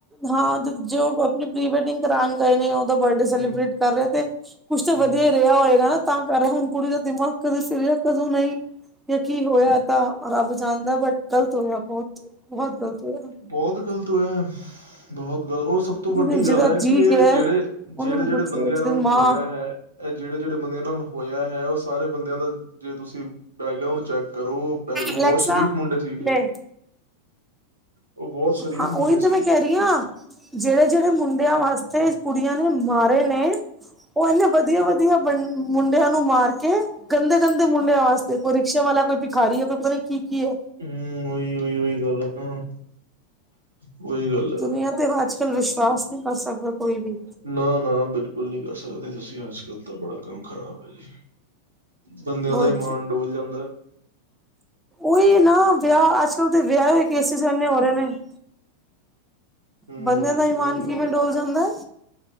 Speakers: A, in the centre; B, on the right.
A: ਹਾਂ ਜੋ ਆਪਣੀ ਪ੍ਰੀ ਵੈਡਿੰਗ ਕਰ ਗਏ ਨੇ ਉਹਦਾ ਬਰਡੇ
B: ਹੂੰ,
A: ਸੈਲੀਬ੍ਰਟ ਕਰ ਰਿਹਾ ਤੇ। ਕੁਛ ਤਾਂ
B: ਹੂੰ,
A: ਵਧੀਆ ਹੀ ਰਿਹਾ ਹੋਏਗਾ ਤਾਂ ਕਰ ਹੁਣ ਕੁੜੀ ਦਾ ਦਿਮਾਗ ਕਦੇ ਫਿਰਿਆ ਕਦੋਂ ਨਹੀਂ। ਯ ਕੀ ਹੋਇਆ ਤਾਂ ਰੱਬ ਜਾਣਦਾ ਬਟ ਗ਼ਲਤ ਹੋਇਆ ਬਹੁਤ ਬਹੁਤ ਗ਼ਲਤ ਹੋਇਆ।
B: ਬਹੁਤ ਗ਼ਲਤ ਹੋਇਆ ਬਹੁਤ ਗਲਤ ਹੋ ਸਭ ਸਭ ਤੋਂ
A: ਜਿਹਦੇ
B: ਵੱਡੀ
A: ਜਿਹਦਾ
B: ਗੱਲ ਹੈ
A: ਜੀਅ
B: ਕਿ ਇਹ
A: ਗਿਆ
B: ਜਿਹੜੇ
A: ਉਹਨੂੰ
B: ਜਿਹੜੇ ਜਿਹੜੇ
A: ਪੁੱਛੋ
B: ਬੰਦਿਆਂ
A: ਜਿਹਦੀ
B: ਨਾਲ
A: ਮਾਂ
B: ਹੋਇਆ ਹੈ। ਇਹ ਜਿਹੜੇ ਜਿਹੜੇ ਬੰਦਿਆਂ ਨਾਲ ਹੋਇਆ ਹੈ ਉਹ ਸਾਰੇ ਬੰਦਿਆਂ ਦਾ ਜੇ ਤੁਸੀਂ ਬੈਕਗਰਾਊਂਡ ਚੈੱਕ ਕਰੋ ਬੈ ਬਹੁਤ
A: ਅਲੈਕਸਾ
B: ਸ਼ਰੀਫ
A: ਪਲੇ
B: ਮੁੰਡੇ ਸੀਗੇ। ਉਹ ਬਹੁਤ ਸ਼ਰੀਫ
A: ਹਾਂ ਉਹੀ
B: ਮੁੰਡੇ
A: ਤੇ
B: ਸੀਗੇ
A: ਮੈਂ ਕਹਿ ਰਹੀ ਹਾਂ ਜਿਹੜੇ ਜਿਹੜੇ ਮੁੰਡਿਆਂ ਵਾਸਤੇ ਕੁੜੀਆਂ ਨੇ ਮਾਰੇ ਨੇ ਉਹ ਇਨੇ ਵਧੀਆ ਵਧੀਆੰ ਮੁੰਡਿਆਂ ਨੂੰ ਮਾਰ ਕੇ ਕੇ ਗੰਦੇ ਗੰਦੇ ਮੁੰਡਿਆਂ ਵਾਸਤੇ ਕੋਈ ਰਿਕਸ਼ੇ ਵਾਲਾ ਕੋਈ ਭਿਖਾਰੀ ਹੈ ਕੋਈ ਪਤਾ ਨੀ ਕੀ ਕੀ ਹੈ।
B: ਹਮ ਉਹੀ ਉਹੀ ਉਹੀ ਗੱਲ ਹੈ ਨਾ। ਉਹੀ ਗੱਲ ਹੈ
A: ਦੁਨੀਆਂ ਤੇ ਅੱਜ ਕੱਲ ਵਿਸ਼ਵਾਸ ਨਹੀਂ ਕਰ ਸਕਦਾ ਕੋਈ ਵੀ।
B: ਨਾ ਨਾ ਬਿਲਕੁਲ ਨਹੀਂ ਕਰ ਸਕਦੇ ਤੁਸੀਂ ਅੱਜਕੱਲ ਤਾਂ ਬੜਾ ਕੰਮ ਖ਼ਰਾਬ ਹੈ ਜੀ। ਬੰਦਿਆਂ
A: ਬਹੁਤ
B: ਦਾ ਇਮਾਨ ਡੁਲ ਜਾਂਦਾ।
A: ਓਹੀ ਨਾ ਵਿਆਹ ਅੱਜ ਕੱਲ ਤਾਂ ਵਿਆਹ ਦੇ ਕੇਸਿਸ ਏਨੇ ਹੋ ਰਹੇ ਨੇ।
B: ਹਮ
A: ਬੰਦਿਆਂ ਦਾ ਇਮਾਨ
B: ਉਹੀ
A: ਕਿਵੇਂ
B: ਉਹੀ
A: ਡੋਲ ਜਾਂਦਾ।